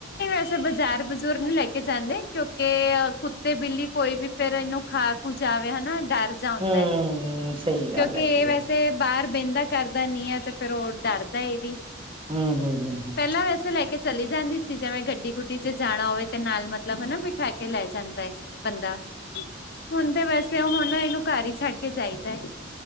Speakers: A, on the left; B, on the right.
A: ਕਿਤੇ ਬਾਜ਼ਾਰ ਬਜ਼ੂਰ ਨੀ ਲੈ ਕੇ ਜਾਂਦੇ, ਕਿਉਂਕਿ ਕੁੱਤੇ, ਬਿੱਲੀ ਕੋਈ ਵੀ ਫੇਰ ਇਹਨੂੰ ਖਾ ਖੂ ਜਾਵੇ ਹਨਾ ਡਰ ਜਾਂਦਾ
B: ਹੂੰ
A: ਏ,
B: ਸਹੀ ਗੱਲ
A: ਕਿਉਂਕਿ
B: ਹੈਗੀ
A: ਵੈਸੇ
B: ਆ
A: ਬਾਹਰ ਬਹਿੰਦਾ ਕਰਦਾ ਨੀ ਆ ਤੇ ਫੇਰ ਉਹ ਡਰਦਾ ਏ ਵੀ।
B: ਹੂੰ-ਹੂੰ-ਹੂੰ
A: ਪਹਿਲਾਂ ਵੈਸੇ ਲੈ ਕੇ ਚਲੀ ਜਾਂਦੀ ਸੀ ਜਿਵੇਂ ਗੱਡੀ ਗੁੱਡੀ ਚ ਜਾਣਾ ਹੋਵੇ ਤੇ ਨਾਲ ਮਤਲਬ ਹਨਾ ਬਿਠਾ ਕੇ ਲੈ ਜਾਂਦਾ ਐ ਬੰਦਾ। ਹੁਣ ਤੇ ਵੈਸੇ ਹੁਣ ਇਹਨੂੰ ਘਰ ਹੀ ਛੱਡ ਕੇ ਜਈਦਾ ਐ।